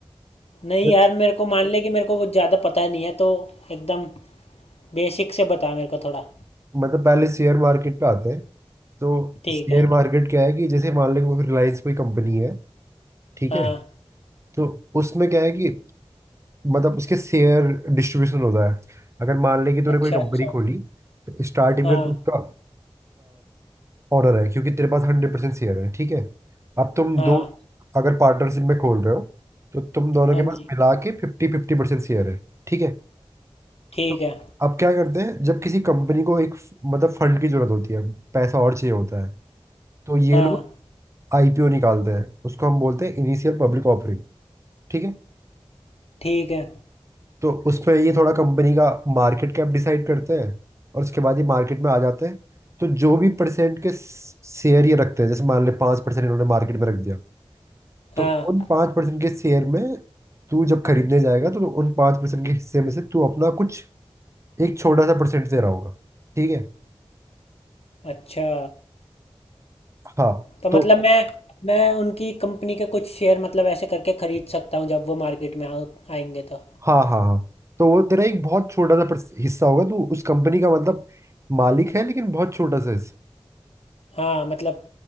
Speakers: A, on the left; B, on the right.
A: नहीं
B: Yes.
A: यार मेरे को मान ले कि मेरे को कुछ ज़्यादा पता नहीं है तो एकदम बेसिक से बता मेरे को थोड़ा
B: मतलब पहले शेयर मार्केट पे आते हैं तो
A: ठीक
B: शेयर
A: है
B: मार्केट क्या है कि जैसे मान लें कोई रिलायंस कोई कंपनी है ठीक
A: हाँ
B: है तो उसमें क्या है कि मतलब उसके शेयर डिस्ट्रीब्यूशन होता है अगर मान लें कि तूने
A: अच्छा
B: कोई कंपनी
A: अच्छा
B: खोली तो स्टार्टिंग
A: हाँ
B: में तो उसका ऑनर है क्योंकि तेरे पास हंड्रेड परसेंट शेयर है ठीक है अब तुम
A: हाँ
B: दो अगर पार्टनरशिप में खोल रहे हो तो तुम दोनों
A: हाँ
B: के पास
A: जी
B: मिला के फिफ्टी फिफ्टी परसेंट शेयर है ठीक है
A: ठीक
B: तो
A: है
B: अब क्या करते हैं जब किसी कंपनी को एक फ- मतलब फंड की जरूरत होती है पैसा और चाहिए होता है तो ये
A: हाँ
B: लोग आईपीओ निकालते हैं उसको हम बोलते हैं इनिशियल पब्लिक ऑफरिंग ठीक है
A: ठीक है
B: तो उसमें ये थोड़ा कंपनी का मार्केट कैप डिसाइड करते हैं और उसके बाद ये मार्केट में आ जाते हैं तो जो भी परसेंट के शेयर ये रखते हैं जैसे मान ले पाँच परसेंट इन्होंने मार्केट में रख दिया तो
A: हाँ
B: उन पाँच परसेंट के शेयर में तू जब खरीदने जाएगा तो, तो उन पाँच परसेंट के हिस्से में से तू अपना कुछ एक छोटा सा परसेंट दे रहा होगा ठीक है
A: अच्छा
B: हाँ
A: तो मतलब
B: तो
A: मैं मैं उनकी कंपनी के कुछ शेयर मतलब ऐसे करके खरीद सकता हूँ जब वो मार्केट में आ, आएंगे तो
B: हाँ हाँ हाँ तो वो तेरा एक बहुत छोटा सा परस- हिस्सा होगा तू उस कंपनी का मतलब मालिक है लेकिन बहुत छोटा सा हिस्सा
A: हाँ मतलब